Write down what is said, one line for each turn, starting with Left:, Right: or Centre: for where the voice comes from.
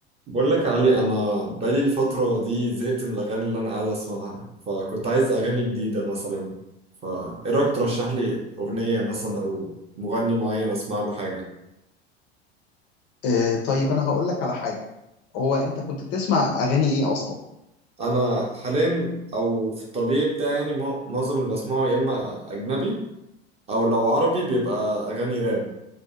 Right: بقول لك يا علي انا بقالي الفتره دي زهقت من الاغاني اللي انا قاعد اسمعها فكنت عايز اغاني جديده مثلا فايه رايك ترشح لي اغنيه مثلا او مغني معين اسمع له حاجه
Left: آه طيب انا هقول لك على حاجه هو انت كنت بتسمع اغاني ايه اصلا
Right: انا حاليا او في الطبيعي بتاعي يعني مع- معظم اللي بسمعه يا اما اجنبي او لو عربي بيبقى اغاني راب